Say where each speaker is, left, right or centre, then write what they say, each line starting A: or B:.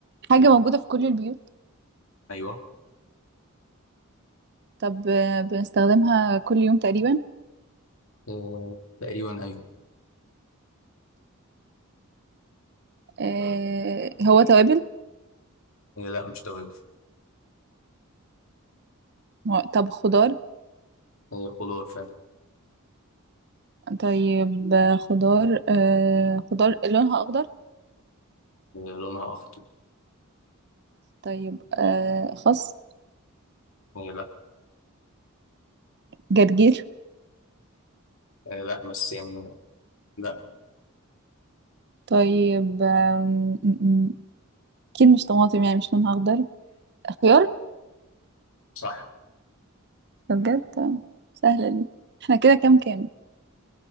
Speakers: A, on the right (about 50°); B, on the left (about 70°).
A: حاجة موجودة في كل البيوت
B: ايوه
A: طب آه بنستخدمها كل يوم تقريبا
B: آه، تقريبا أيوة
A: آه هو توابل
B: آه، لا مش توابل
A: هو- طب خضار
B: آه، خضار فعلا
A: طيب آه، خضار آه خضار لونها أخضر
B: آه، لونها أخضر
A: طيب آه خس
B: آه، لا
A: جرجير
B: آه، لا بس يعني لا
A: طيب آم، م- م- أكيد مش طماطم يعني مش لونها أخضر خيار
B: صح
A: ده بجد سهلة دي احنا كده كام كام